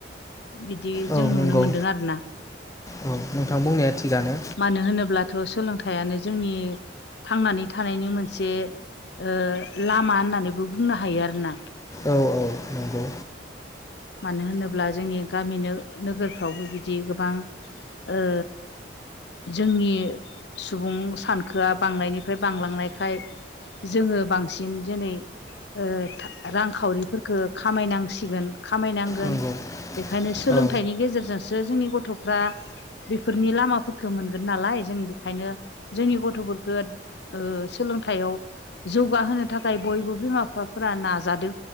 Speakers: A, on the left (about 65°); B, on the left (about 15°).
A: बिदि
B: औ
A: जों नुनो
B: नंगौ
A: मोनदों आरो ना
B: औ नोंथां बुंनाया थिगानो
A: मानो होनोब्लाथ' सोलोंथाइयानो जोंनि थांनानै थानायनि मोनसे ओ लामा होननानैबो बुंनो हायो आरोना
B: औ औ नंगौ
A: मानो होनोब्ला जोंनि गामि नोगोरफ्रावबो बिदि गोबां ओ जोंनि सुबुं सानखोआ बांनायनिफ्राय बांलांनायखाय जोङो बांसिन दिनै ओ रांखावरिफोरखौ खामायनांसिगोन खामायनांगोन
B: नंगौ
A: बेखायनो सोलोंथाइनि
B: औ
A: गेजेरजोंसो जोंनि गथ'फ्रा बेफोरनि लामाफोरफोरखौ मोनगोन नालाय जों बेखायनो जोंनि गथ'फोरखौ ओ सोलोंथाइयाव जौगाहोनो थाखाय बयबो बिमा बिफाफोरा नाजादों